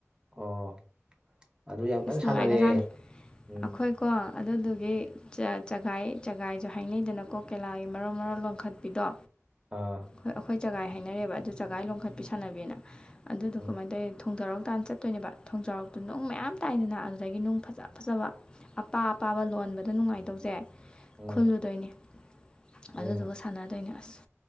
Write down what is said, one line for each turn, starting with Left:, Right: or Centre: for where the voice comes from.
Right: ꯑꯣ ꯑꯗꯨ ꯌꯥꯝ ꯀꯟꯅ
Left: ꯑꯁ ꯅꯨꯡꯉꯥꯏꯒꯖꯥꯠꯅꯤ
Right: ꯁꯥꯟꯅꯔꯛꯑꯦ ꯎꯝ
Left: ꯑꯩꯈꯣꯏꯀꯣ ꯑꯗꯨꯗꯨꯒꯤ ꯆꯒꯥꯏ ꯆꯒꯥꯏꯁꯨ ꯍꯥꯏꯅꯩꯗꯅꯀꯣ ꯀꯦꯂꯥꯒꯤ ꯃꯔꯣꯟ ꯃꯔꯣꯟ ꯂꯣꯟꯈꯠꯄꯤꯗꯣ
Right: ꯑꯥ
Left: ꯍꯣꯏ ꯑꯩꯈꯣꯏ ꯆꯒꯥꯏ ꯍꯥꯏꯅꯔꯦꯕ ꯑꯗꯨ ꯆꯖꯒꯥꯏ ꯂꯣꯝꯈꯠꯄꯤ ꯁꯥꯟꯅꯕꯤꯅ ꯑꯗꯨꯗꯣ
Right: ꯎꯝ
Left: ꯀꯃꯥꯏꯅ ꯇꯧꯋ ꯊꯣꯡꯖꯔꯧ ꯇꯥꯟꯅ ꯆꯠꯇꯣꯏꯅꯦꯕ ꯊꯣꯡꯖꯥꯎꯔꯣꯛꯛꯇꯨ ꯅꯨꯡ ꯃꯌꯥꯝ ꯇꯥꯏꯗꯅ ꯑꯗꯨꯗꯒꯤ ꯅꯨꯡ ꯐꯖ ꯐꯖꯕ ꯑꯄꯥ ꯑꯄꯥꯕ ꯂꯣꯟꯕꯗ ꯅꯨꯡꯉꯥꯏꯇꯧꯁꯦ
Right: ꯎꯝ
Left: ꯈꯨꯜꯂꯨꯗꯣꯏꯅꯦ ꯑꯗꯨꯗꯨꯒ
Right: ꯎꯝ
Left: ꯁꯥꯟꯅꯗꯣꯏꯅꯦ ꯑꯁ